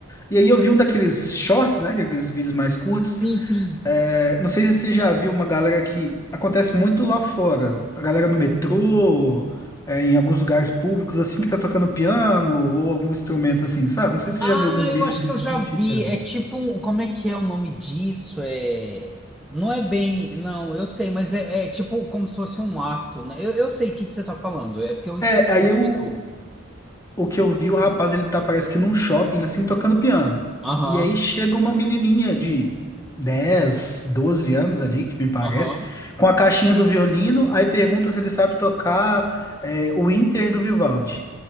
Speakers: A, on the left; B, in the centre.
A: E aí eu vi um daqueles shorts, né? que é Aqueles vídeos mais curtos.
B: Sim, sim.
A: É, Não sei se você já viu uma galera que acontece muito lá fora. A galera no metrô, é, em alguns lugares públicos, assim, que tá tocando piano ou algum instrumento assim, sabe? Não sei se você
B: Ah,
A: já viu algum vídeo
B: eu acho
A: desse
B: que eu já
A: sentido.
B: vi. É tipo um. Como é que é o nome disso? É. Não é bem. Não, eu sei, mas é, é tipo como se fosse um ato, né? Eu, eu sei o que que você tá falando. É porque eu esqueci
A: É, aí
B: o
A: eu
B: nome do.
A: o que eu vi, o rapaz, ele tá, parece que num shopping, assim, tocando piano.
B: Aham,
A: E aí chega uma menininha de dez 12 anos ali, que me parece,
B: aham.
A: com a caixinha do violino, aí pergunta se ele sabe tocar é, o Inter do Vivaldi.